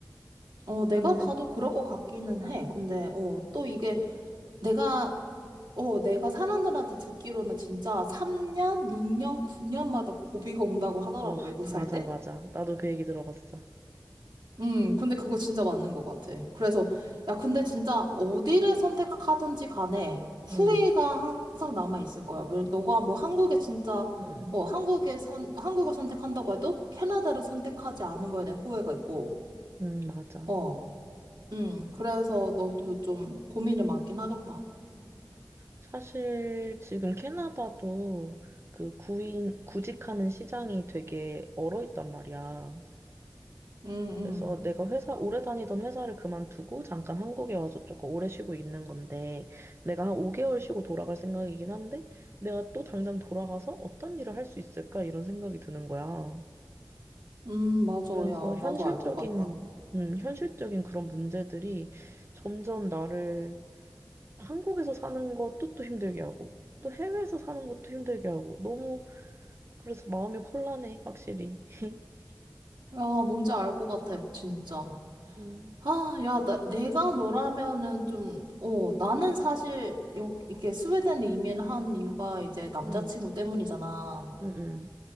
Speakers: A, on the right; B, on the right.
A: 어, 내가
B: 근데
A: 봐도 그럴 것 같기는 해. 근데, 어, 또 이게 내가, 어, 내가 사람들한테 듣기로는 진짜 3년, 6년, 9년마다 고비가 온다고 하더라고,
B: 어
A: 외국
B: 맞아
A: 살 때.
B: 맞아 나도 그 얘기 들어봤어.
A: 음, 근데 그거 진짜 맞는 것 같아. 그래서,
B: 맞아.
A: 야, 근데 진짜 어디를 선택하든지 간에 후회가
B: 음,
A: 항상 남아있을 거야. 왜- 너가 뭐 한국에 진짜,
B: 음,
A: 어, 한국에 선, 한국을 선택한다고 해도 캐나다를 선택하지 않은 거에 대한 후회가 있고,
B: 음, 맞아.
A: 어, 음, 그래서 너도 좀 고민이 많긴 하겠다.
B: 사실 지금 캐나다도 그 구인 구직하는 시장이 되게 얼어 있단 말이야.
A: 음,
B: 그래서
A: 음.
B: 내가 회사, 오래 다니던 회사를 그만두고 잠깐 한국에 와서 조금 오래 쉬고 있는 건데, 내가 한 5개월 쉬고 돌아갈 생각이긴 한데, 내가 또 당장 돌아가서 어떤 일을 할 수 있을까? 이런 생각이 드는 거야.
A: 음, 맞아.
B: 그래서
A: 야,
B: 현실적인,
A: 나도 알 것 같다.
B: 음, 현실적인 그런 문제들이 점점 나를 한국에서 사는 것도 또 힘들게 하고, 또 해외에서 사는 것도 힘들게 하고, 너무, 그래서 마음이 혼란해, 확실히. <laughs>
A: 야, 뭔지 알 것 같아, 진짜.
B: 음,
A: 아, 야, 나, 내가 너라면은 좀, 어, 나는 사실, 여, 이렇게 스웨덴 이민을 한 이유가 이제 남자친구
B: 음,
A: 때문이잖아.
B: 음, 음.